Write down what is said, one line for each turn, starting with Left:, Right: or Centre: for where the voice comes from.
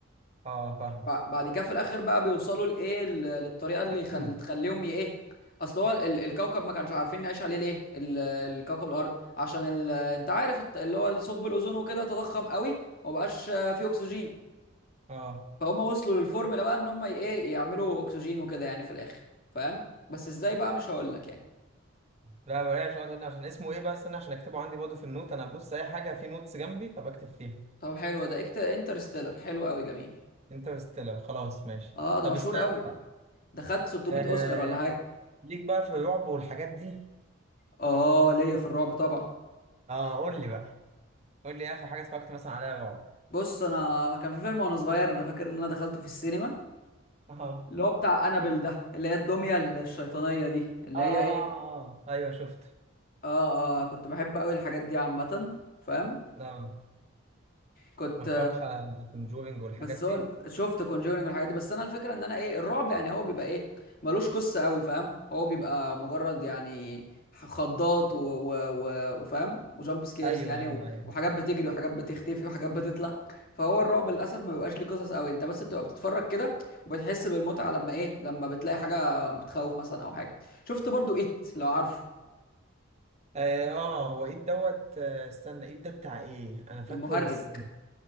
Right: اه فاهمك
Left: بع- بعد كده في الآخر بقى بيوصلوا لإيه ل- للطريقة اللي
Right: <clears throat>
Left: يخل... تخليهم ي- ايه اصل هو ال- الكوكب ما كانش عارفين نعيش عليه ليه ال- الكوكب الارض عشان ال... انت عارف الت- اللي هو ثقب الاوزون وكده تضخم قوي ومبقاش آه، فيه اكسجين
Right: <laughs> اه
Left: فهم وصلوا للفورمولا بقى ان هم ايه يعملوا اكسجين وكده يعني في الاخر فاهم بس ازاي بقى مش هقول لك يعني
Right: لا بلاش اقعد اقول لي عشان اسمه ايه بقى استنى عشان اكتبه عندي برضه في النوت انا ببص اي حاجة في نوتس جنبي فبكتب فيها
Left: طب حلو ده اكت انترستيلر حلو قوي جميل
Right: انترستيلر خلاص ماشي
Left: اه ده
Right: طب
Left: مشهور
Right: استنى
Left: قوي
Right: بقى
Left: ده خد 600
Right: آه...
Left: اوسكار ولا حاجه
Right: ليك بقى في الرعب والحاجات دي
Left: اه ليا في الرعب طبعا
Right: اه قول لي بقى قول لي ايه اخر حاجه اتفرجت مثلا عليها رعب
Left: بص انا كان في فيلم وانا صغير انا فاكر ان انا دخلته في السينما
Right: اه <laughs> اه
Left: اللي هو بتاع انابل ده اللي هي الدميه الشيطانيه دي اللي
Right: اه اه
Left: هي ايه
Right: آه. ايوه شفت
Left: اه اه كنت بحب قوي الحاجات دي عامه فاهم
Right: اه
Left: كنت
Right: ما اتفرجتش على ذا كونجورينج والحاجات
Left: بس
Right: دي
Left: هو ال- شفت كونجورينج والحاجات دي بس انا الفكره ان انا ايه الرعب يعني هو بيبقى ايه ملوش قصه قوي فاهم هو بيبقى مجرد يعني ح- خضات و... و... و... وفاهم وجامب سكيرز
Right: ايوه
Left: يعني
Right: ايوه
Left: و...
Right: ايوه
Left: وحاجات بتجري وحاجات بتختفي وحاجات بتطلع فهو الرعب للاسف ما بيبقاش ليه قصص قوي انت بس بتبقى بتتفرج كده وبتحس بالمتعه لما ايه لما بتلاقي حاجه بتخوف مثلا او حاجه شفت برضو ايت لو عارفه
Right: اه آه، هو ايه دوت آه، استنى ايه ده بتاع ايه انا فاكره
Left: المهرج
Right: بس